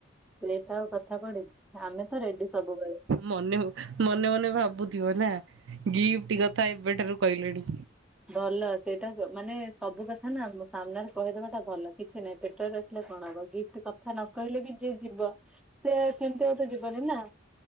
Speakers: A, in the centre; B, on the right.
A: ସେଇଟା ଆଉ କଥା ପଢିଛି ଆମେ ତ ରେଡି ସବୁବେଳେ।
B: ମନେ ମନେ ମନେ ଭାବୁଥିବ ନା ଗିଫ୍ଟ କଥା ଏବେଠାରୁ କହିଲେଣି।
A: ଭଲ ସେଇଟା ମାନେ ସବୁ କଥା ନା ସାମ୍ନାରେ କହିଦବାଟା ଭଲ। କିଛି ନହିଁ ପେଟରେ। ହେଲେ କଣ ହବ ଗିଫ୍ଟ କଥା ନ କହିଲେ ବି ଯିଏ ଯିବ ସେ ସେମିତି ଆଉ ତ ଯିବନି ନା।